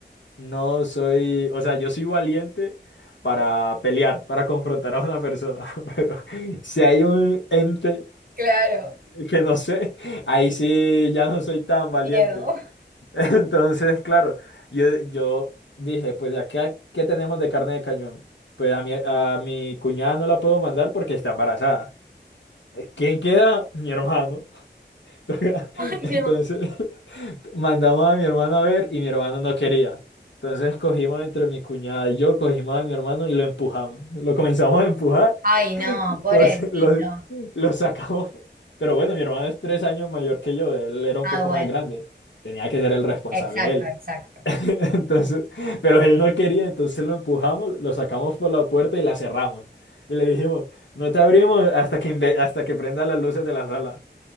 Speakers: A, on the left; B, on the right.
A: no soy, o sea, yo soy valiente para pelear, para confrontar a una persona, <laughs> pero si hay un ente
B: Claro,
A: que no sé, ahí sí ya no soy tan valiente.
B: miedo. <laughs>
A: <laughs> Entonces, claro, yo, yo dije, pues ¿a ¿qué, qué tenemos de carne de cañón? Pues a mi, a mi cuñada no la puedo mandar porque está embarazada. Eh, ¿Quién queda? Mi hermano. <laughs>
B: Ay,
A: Entonces...
B: no.
A: mandamos a mi hermano a ver y mi hermano no quería. Entonces cogimos entre mi cuñada y yo, cogimos a mi hermano y lo empujamos. Lo comenzamos a empujar,
B: Ay,
A: <laughs>
B: no, pobrecito.
A: lo, lo, lo sacamos. Pero bueno, mi hermano es tres años mayor que yo, él era un
B: Ah,
A: poco
B: bueno.
A: más grande. Tenía que ser el responsable
B: Exacto,
A: él.
B: exacto.
A: <laughs> Entonces, pero él no quería, entonces lo empujamos, lo sacamos por la puerta y la cerramos. Y le dijimos, no te abrimos hasta que, inve- hasta que prenda las luces de la sala.